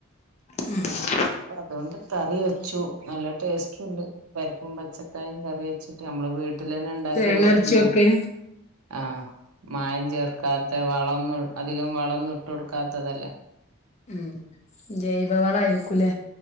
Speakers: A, on the left (about 30°); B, on the right (about 80°).
A: മ്മ്
B: അപ്പൊ അതോണ്ട് കറി വെച്ചു നല്ല ടേസ്റ്റ് ഉണ്ട് പരിപ്പും പച്ചക്കായും കറി വെച്ചിട്ട് നമ്മളെ വീട്ടിലന്നെ ഉണ്ടാക്കിയ
A: തേങ്ങ അരച്ച്
B: <unintelligible>
A: വെക്കെ
B: ആഹ മായം ചേർക്കാത്ത വളഒന്നും അധികം വളഒന്നും ഇട്ട് കൊടുക്കാത്തതല്ലേ
A: മം ജൈവവളായിരിക്കൂലേ